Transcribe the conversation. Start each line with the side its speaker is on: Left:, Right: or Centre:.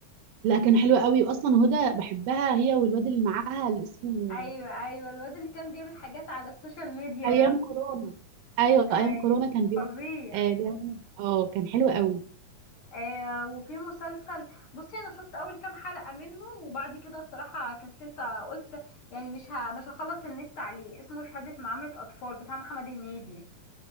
Right: لا كان حلو قوي واصلا هدى بحبها هي والواد اللي معاها اللي اسمه
Left: ايوه ايوه الواد اللي كان بيعمل حاجات على السوشيال ميديا
Right: ايام
Left: ده
Right: كورونا ايوه
Left: ايوه
Right: ايام كورونا كان بيقعد
Left: فظيع
Right: آه بيعمل اه كان حلو قوي
Left: آه وفي مسلسل بصي انا شفت اول كام حلقة منه وبعد كده الصراحة كسلت قلت يعني مش ه... مش هخلص النت عليه اسمه شهادة معاملة اطفال بتاع محمد هنيدي